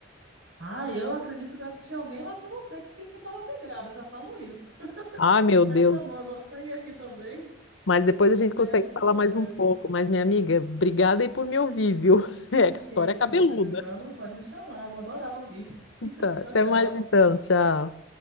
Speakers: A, on the right; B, on the left.
A: Ah, eu acredito né, que tinha alguém lá com você que que tava pegado, eu já falo isso. <laughs>
B: Ai, meu Deus.
A: Mas tá bom, eu vou sair aqui também.
B: Mas depois a gente
A: Aí
B: consegue
A: a gente se
B: falar
A: fala
B: mais
A: mais.
B: um pouco. Mas, minha amiga, obrigada aí por me ouvir, viu? <laughs> É, que história
A: Que é isso,
B: cabeluda.
A: João, precisando, pode me chamar, vou adorar ouvir. <laughs>
B: Tá,
A: Tchau,
B: até
A: tchau.
B: mais então, tchau.